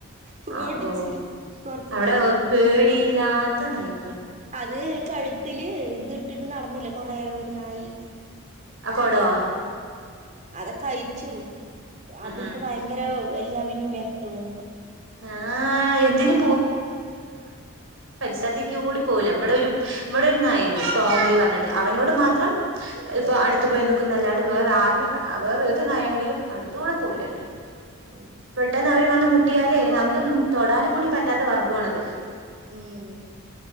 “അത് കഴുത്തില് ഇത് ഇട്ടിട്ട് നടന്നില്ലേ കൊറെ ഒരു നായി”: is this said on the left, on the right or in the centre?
Right